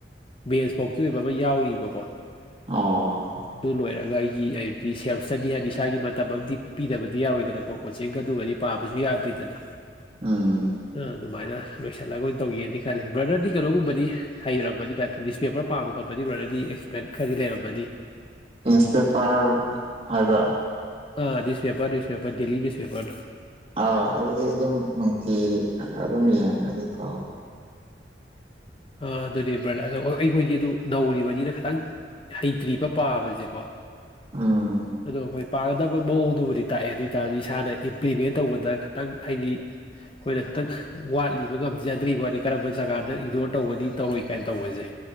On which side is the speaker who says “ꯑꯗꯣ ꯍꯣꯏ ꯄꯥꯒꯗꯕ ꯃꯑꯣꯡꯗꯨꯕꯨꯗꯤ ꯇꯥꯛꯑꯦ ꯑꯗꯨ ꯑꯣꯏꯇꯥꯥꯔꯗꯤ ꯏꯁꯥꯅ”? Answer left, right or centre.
Left